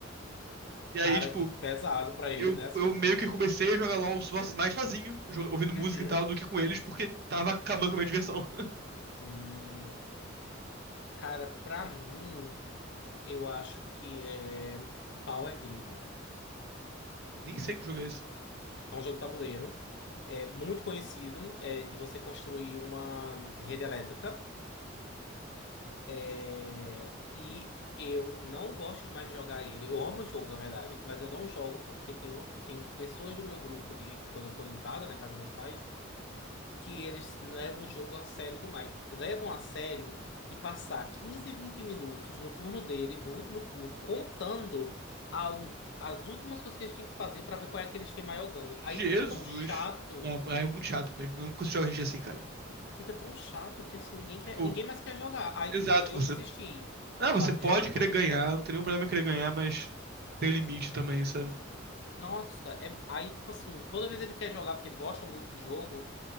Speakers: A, on the right; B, on the left.
A: E aí,
B: Cara,
A: tipo,
B: que pesado pra ele,
A: eu,
B: né? Assim.
A: eu meio que comecei a jogar LOL mais sozinho, jo- ouvindo
B: Uhum.
A: música e tal, do que com eles, porque tava acabando com a minha diversão. <laughs>
B: Hum. Cara, pra mim, eu acho que é Power Grid.
A: Nem sei que jogo é esse.
B: É um jogo de tabuleiro. É muito conhecido, é de você construir uma rede elétrica. É, e eu não gosto mais de jogar ele. Eu amo o jogo, na verdade, mas eu não jogo porque tem, uma, tem pessoas do meu grupo de quando eu tô em casa, na casa dos meus pais, que eles levam o jogo a sério demais. Levam a sério de passar 15, 20 minutos no turno deles, no último turno, contando ao- as últimas coisas que eles têm que fazer pra ver qual é que eles têm maior ganho. Aí
A: Jesus.
B: fica tão chato.
A: Não, é muito chato mesmo. Eu não consigo jogar RPG assim, cara.
B: Fica tão chato que assim, ninguém quer,
A: Tipo,
B: ninguém mais quer jogar. Aí,
A: exato,
B: tipo, eu
A: você.
B: desisti,
A: Ah,
B: sabe,
A: você pode
B: de jogar
A: querer
B: com eles
A: ganhar,
B: o jogo.
A: não tem nenhum problema em querer ganhar, mas tem limite também, sabe?
B: Nossa, é- aí, tipo assim, toda vez ele quer jogar porque ele gosta muito do jogo,